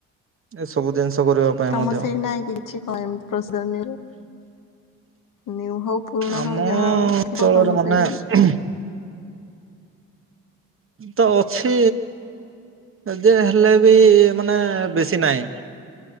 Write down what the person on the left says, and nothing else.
ତମ
ସେଇ ନାଇଁ କି କିଛି। <unintelligible> ନିୟୁ ହଉ ପୁରୁଣା
ହଉ ଯାହା ହଉ
ଥିବ ତମ
ସେଇଠି ବି